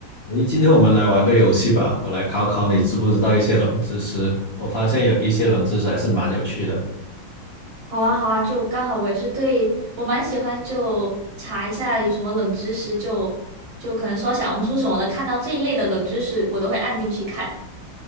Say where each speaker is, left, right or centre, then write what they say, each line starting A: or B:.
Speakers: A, on the left; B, on the right.
A: 诶，今天我们来玩个游戏吧，我来考考你知不知道一些冷知识。我发现有一些冷知识还是蛮有趣的。
B: 好啊，好啊，就刚好我也是对我蛮喜欢，就查一下有什么冷知识就，就可能说小红书什么的，看到这一类的冷知识，我都会按进去看。